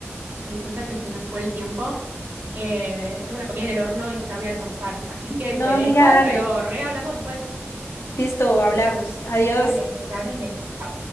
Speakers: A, on the right; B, on the left.
A: Me di cuenta que se nos fue el tiempo. Eh, tengo la comida en el horno y ya voy a almorzar. Así que
B: No,
A: te dejo,
B: amiga, dale.
A: pero re hablamos después.
B: Listo, hablamos. Adiós.
A: Dale, que andes bien. Chau.